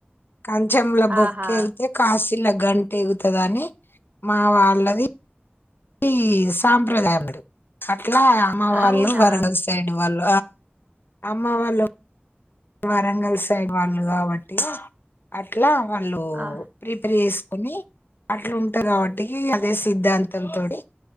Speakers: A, on the left; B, on the right.
A: కంచెంల బొక్కతే
B: ఆహా
A: కాస్త ఇల్లా గంట ఎగుతుదని మా వాళ్ళది ఈ సాప్రదాయం అట్లా అమ్మ వాళ్ళు
B: అవునా
A: వరంగ సైడ్ వాళ్ళ అమ్మ వాళ్ళు వరంగల్ సైడ్ వాళ్ళు కాబట్టి అట్లా వాళ్ళు
B: ఆ
A: ప్రీప ని అట్లు ఉంటా కాబట్టికి అదే సిద్ధాంతం తోని